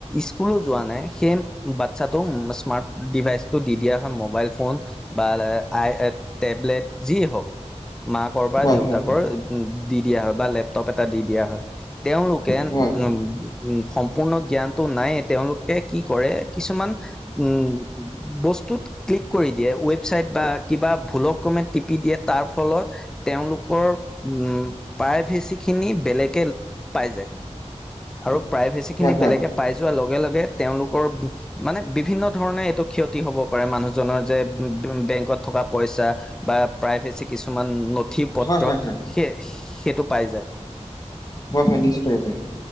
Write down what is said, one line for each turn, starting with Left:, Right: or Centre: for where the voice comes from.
Centre: স্কুলো যোৱা নাই। সেই বাচ্ছাটো, স্মাৰ্ট ডিভাইচটো দি দিয়া হয়, মোবাইল ফোন বা আই, টেবলেট যি হওঁক, মাকৰ বা
Left: হয়
Centre: দেউতাকৰ
Left: হয়
Centre: দি দিয়া হয় বা লেপটপ এটা, দি দিয়া হয়। তেওঁলোকে,
Left: হয়
Centre: উম! সম্পূৰ্ণ জ্ঞানটো নাইয়ে। তেওঁলোকে, কি কৰে! কিছুমান উম, বস্তুত ক্লিক কৰি দিয়ে, ৱেবচাইট বা কিবা ভুলক ক্ৰমে টিপি দিয়ে, তাৰ ফলত তেওঁলোকৰ, উম! প্ৰাইভেচি খিনি, বেলেগে পাই যায়।
Left: <inaudible>
Centre: আৰু প্ৰাইভেচি খিনি,
Left: হয় হয় হয়
Centre: বেলেগে পাই যোৱাৰ লগে- লগে, তেওঁলোকৰ মানে, বিভিন্ন ধৰণে, এইটো ক্ষতি হ'ব পাৰে। মানুহজনৰ যে <unintelligible> বেংকত থকা পইচা বা প্ৰায়ভেচি কিছুমান, নথি-
Left: হয়
Centre: পত্ৰ
Left: হয় হয়
Centre: সেই, সেইটো পাই যায়।
Left: হয়, হয়, নিশ্চয় পায়।